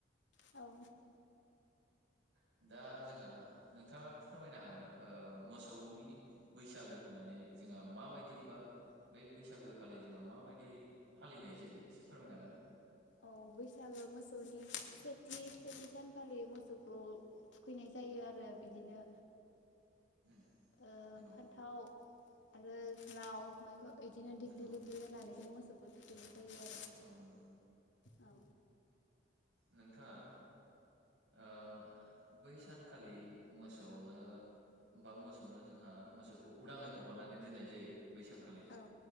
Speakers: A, on the left; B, on the right.
A: औ
B: दा दा जोंहा नोंथाङा फोरमायनो हागोनना ओ मोसौनि बैसागो होननानै जोंहा माबायदि बा बे बैसागो खालि जोंहा माबायदियै फालिनाय जायो एसे फोरमायनो हागोन ना?
A: औ बैसागो मोसौनि सेथि सेथि सानखालि मोसौखौ थुखैनाय जायो आरो बिदिनो
B: उम
A: ओ
B: नंगौ
A: फान्थाव आरो लाव ओमफाय ओ इदिनो दिग्लि
B: नंगौ
A: लिटि होननानै जों मोस सौखौ थुखैनाय जायो आरो
B: औ नोंगौ
A: औ
B: नोंथाङा ओ बै सानखालि मोसौनो बा मोसौनो जोंहा मोसौखौ उदाङै हगारनानै दोननाय जायो बै सानखालि
A: औ